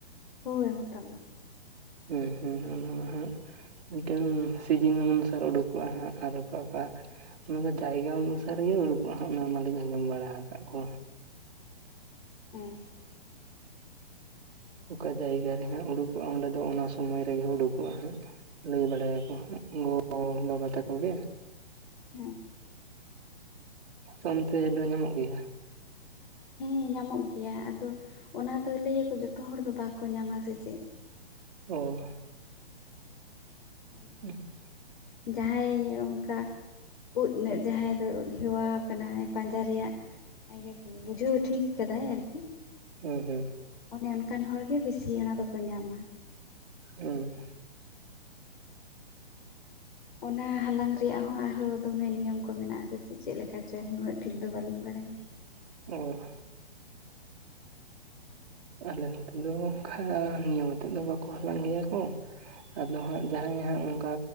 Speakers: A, on the left; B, on the right.
A: ᱦᱳᱭ ᱢᱚᱛᱟᱢ ᱳᱫ
B: ᱦᱮᱸ ᱦᱮᱸ ᱚᱱᱟ ᱢᱟ ᱦᱟᱸᱜ ᱢᱤᱫ ᱴᱮᱱ ᱥᱤᱡᱤᱱ ᱚᱱᱩᱥᱟᱨ ᱩᱰᱩᱠᱚᱜᱼᱟ ᱦᱟᱸᱜ ᱟᱨ ᱚᱠᱟ ᱚᱠᱟ ᱚᱱᱟ ᱫᱚ ᱡᱟᱭᱜᱟ ᱚᱱᱩᱥᱟᱨ ᱜᱮ ᱩᱰᱩᱠᱚᱜᱼᱟ ᱦᱟᱸᱜ ᱚᱱᱟ ᱢᱟᱞᱤᱧ ᱟᱸᱡᱚᱢ ᱵᱟᱲᱟ ᱟᱠᱟᱫ ᱠᱚ
A: ᱦᱮᱸ
B: ᱚᱠᱟ ᱡᱟᱭᱜᱟ ᱨᱮ ᱦᱟᱸᱜ ᱩᱰᱩᱠᱚᱜᱼᱟ ᱚᱸᱰᱮ ᱫᱚ ᱚᱱᱟ ᱥᱚᱢᱚᱭ ᱨᱮᱜᱮ ᱩᱰᱩᱠᱚᱜᱼᱟ ᱦᱟᱸᱜ ᱞᱟᱹᱭ ᱵᱟᱲᱟᱭᱟ ᱠᱚ ᱜᱚ ᱵᱟᱵᱟ ᱛᱟᱠᱚ ᱜᱮ
A: ᱦᱮᱸ
B: ᱟᱯᱮ ᱚᱱᱛᱮ ᱫᱚ ᱧᱟᱢᱚᱜ ᱜᱮᱭᱟ
A: ᱦᱮᱸ ᱧᱟᱢᱚᱜ ᱜᱮᱭᱟ ᱟᱫᱚ ᱚᱱᱟ ᱫᱚ ᱞᱟᱹᱭ ᱟᱠᱚ ᱡᱚᱛᱚ ᱦᱚᱲ ᱫᱚ ᱵᱟᱠᱚ ᱧᱟᱢᱟ ᱥᱮ ᱪᱮᱫ
B: ᱚᱸ
A: <inaudible>
B: ᱦᱩᱸ
A: ᱡᱟᱦᱟᱸᱭ ᱚᱱᱠᱟ ᱩᱫ ᱢᱮᱫ ᱡᱟᱦᱟᱸᱭ ᱫᱚ ᱦᱮᱣᱟᱣ ᱠᱟᱱᱟᱭ ᱯᱟᱸᱡᱟ ᱨᱮᱭᱟᱜ ᱤᱭᱟᱹ ᱠᱚ ᱵᱩᱡᱷᱟᱹᱣ ᱴᱷᱤᱠ ᱠᱟᱫᱟᱭ ᱟᱨᱠᱤ
B: ᱦᱩᱸ ᱦᱩᱸ
A: ᱚᱱᱮ ᱚᱱᱠᱟᱱ ᱦᱚᱲ ᱜᱮ ᱵᱤᱥᱤ ᱚᱱᱟ ᱫᱚᱠᱚ ᱧᱟᱢᱟ
B: ᱚᱸ
A: ᱚᱱᱟ ᱦᱟᱞᱟᱝ ᱨᱮᱭᱟᱜ ᱦᱚᱸ ᱟᱨᱦᱚᱸ ᱫᱚᱢᱮ ᱱᱤᱭᱚᱢ ᱠᱚ ᱢᱮᱱᱟᱜᱼᱟ ᱥᱮ ᱪᱮᱫ ᱪᱮᱫ ᱞᱮᱠᱟ ᱪᱚ ᱩᱱᱟᱹᱜ ᱴᱷᱤᱠ ᱫᱚ ᱵᱟᱹᱞᱤᱧ ᱵᱟᱲᱟᱭᱟ ᱾
B: ᱚᱸ ᱟᱞᱮ ᱱᱚᱛᱮ ᱫᱚ ᱚᱱᱠᱟ ᱱᱤᱭᱚᱢ ᱟᱛᱮᱫ ᱫᱚ ᱵᱟᱠᱚ ᱦᱟᱞᱟᱝ ᱜᱮᱭᱟ ᱠᱚ ᱾ ᱟᱫᱚ ᱦᱟᱸᱜ ᱡᱟᱦᱟᱸᱭ ᱜᱮ ᱦᱟᱸᱜ ᱚᱱᱠᱟ